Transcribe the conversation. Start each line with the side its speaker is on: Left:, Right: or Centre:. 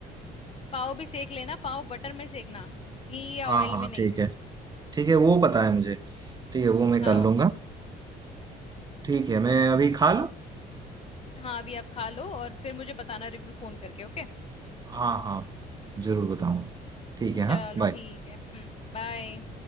Left: पाव भी सेक लेना पाव बटर में सेकना घी या
Right: हाँ
Left: ऑयल
Right: हाँ
Left: में नहीं
Right: ठीक है ठीक है वो पता है मुझे ठीक है वो मैं
Left: हाँ
Right: कर लूंगा ठीक है मैं अभी खा लूँ
Left: हाँ अभी आप खा लो और फिर मुझे बताना रिव्यू फोन करके ओके
Right: हाँ हाँ जरूर बताऊंगा ठीक है
Left: चलो
Right: हाँ बाय
Left: ठीक है हम्म बाय